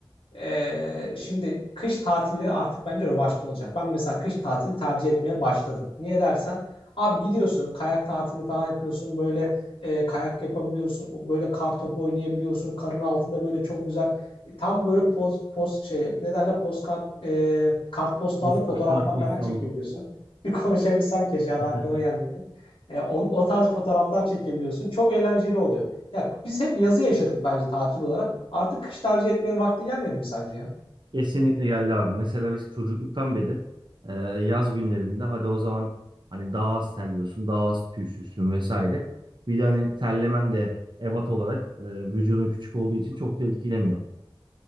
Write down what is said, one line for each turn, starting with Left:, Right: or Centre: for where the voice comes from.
Left: Ee, şimdi kış tatilleri artık bence revaçta olacak. Ben mesela kış tatili tercih etmeye başladım. Niye dersen abi gidiyorsun kayak tatilini falan yapıyorsun böyle e, kayak yapabiliyorsun böyle kar topu oynayabiliyorsun karın altında böyle çok güzel e, tam böyle post post şey ne derler postkart e, kartpostallık
Right: Posta,
Left: fotoğraflar
Right: kartpostallık.
Left: falan çekebiliyorsun. <laughs> Bir konuşabilsem keşke adı
Right: <laughs>
Left: aklıma gelmedi. E, on- o tarz fotoğraflar çekebiliyorsun. Çok eğlenceli oluyor. Ya biz hep yazı yaşadık bence tatil olarak. Artık kış tercih etmenin vakti gelmedi mi sence ya?
Right: Kesinlikle geldi abi. Mesela biz çocukluktan beri e, yaz günlerinde hadi o zaman hani daha az terliyorsun, daha az tüysüzsün vesaire. Bir de hani terlemen de ebat olarak e, vücudun küçük olduğu için çok da etkilemiyor.